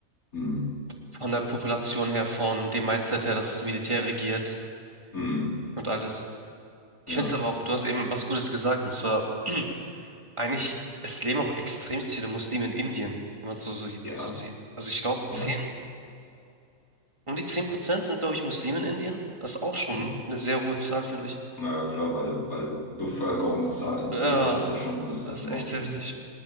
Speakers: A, on the left; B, on the right.
A: hm,
B: von der Population her, von dem Mindset her, dass das Militär regiert
A: hm,
B: und alles. Ich
A: ja,
B: finde es aber auch, du hast eben was Gutes gesagt, und zwar <clears throat> eigentlich, es leben auch extremst viele Muslime in Indien, wenn man es so, so,
A: ja,
B: so sieht. Also ich glaube,
A: ja.
B: 10 um die 10 Prozent sind, glaube ich, Muslime in Indien. Das ist auch schon
A: Hm.
B: eine sehr hohe Zahl, finde ich.
A: Na ja, klar, bei der, bei der Bevölkerungszahl insgesamt
B: Ja,
A: ist das schon, ist
B: das
A: das enorm
B: ist echt
A: viel.
B: heftig.